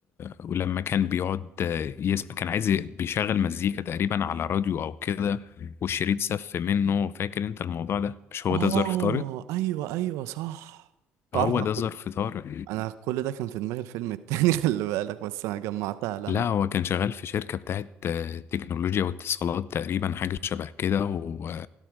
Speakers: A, on the left; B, on the right.
A: ولما كان بيقعد يسمع كان عايز ي- بيشغل مزيكا تقريبا على راديو أو كده والشريط سف منه فاكر أنت الموضوع ده مش هو
B: اه
A: ده ظرف طارق
B: ايوه ايوه صح تعرف
A: هو
B: انا
A: ده ظرف طارق
B: أنا كل ده كان في دماغي الفيلم التاني <laughs> خلي بالك بس انا جمعتها لما
A: لا هو كان شغال في شركة بتاعت آه، تكنولوجيا واتصالات تقريبا حاجة شبه كده و...